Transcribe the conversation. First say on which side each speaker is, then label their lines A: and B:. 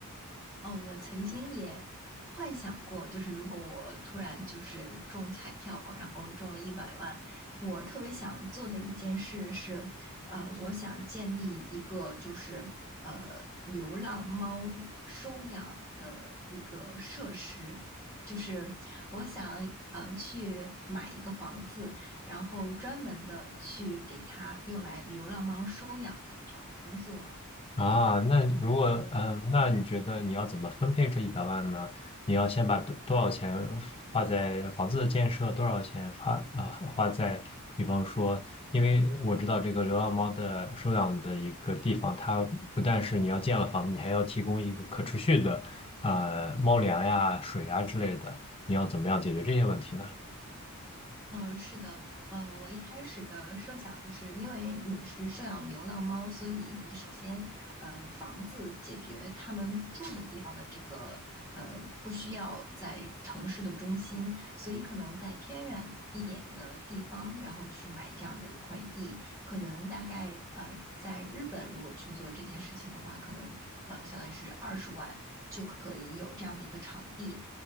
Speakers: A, on the right (about 15°); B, on the left (about 25°).
A: 哦，我曾经也幻想过，就是如果我突然就是中彩票，然后中了一百万，我特别想做的一件事是，呃，我想建立一个就是呃流浪猫收养的一个设施，就是我想呃去买一个房子，然后专门的去给它用来流浪猫收养的这样的工作。
B: 啊，那如果嗯，那你觉得你要怎么分配这一百万呢？你要先把多多少钱花在房子的建设，多少钱花啊、花在，比方说，因为我知道这个流浪猫的收养的一个地方，它不但是你要建了房子，你还要提供一个可持续的啊、呃猫粮呀、水呀之类的，你要怎么样解决这些问题呢？
A: 嗯，是的，呃，我一开始的设想就是因为你是收养流浪猫，所以你首先，呃，房子解决他们住的地方的这个，呃，不需要在城市的中心，所以可能在偏远一点的地方，然后去买这样的一块地，可能大概，呃，在日本如果去做这件事情的话，可能，呃，相当于是二十万就可以有这样的一个场地。